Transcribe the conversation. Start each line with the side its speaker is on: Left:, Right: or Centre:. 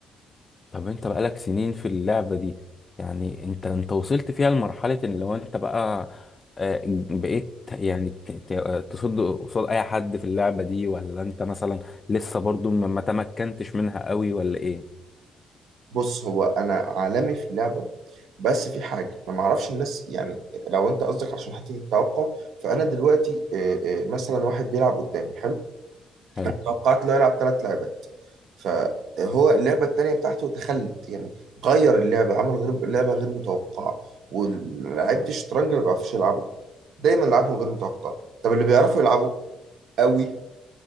Left: طب انت بقالك سنين في اللعبة دي يعني انت انت وصلت فيها لمرحلة ان لو انت بقى آه، بقيت يعني ت- ت- تصد قصاد اي حد في اللعبة دي ولا انت مثلا لسه برضو ما ما تمكنتش منها قوي ولا ايه
Right: بص هو انا عالمي في اللعبه بس في حاجه انا ما اعرفش الناس يعني لو انت قصدك عشان حته التوقع فانا دلوقتي آه، آه، مثلا واحد بيلعب قدامي حلو
Left: حلو
Right: توقعت له يلعب ثلاث لعبات فهو اللعبه الثانيه بتاعته تخلت يعني غير اللعبه عمل غير لعبه غير متوقعه ولعيبه الشطرنج اللي ما بيعرفوش يلعبوا دايما لعبهم غير متوقع طب اللي بيعرفوا يلعبوا قوي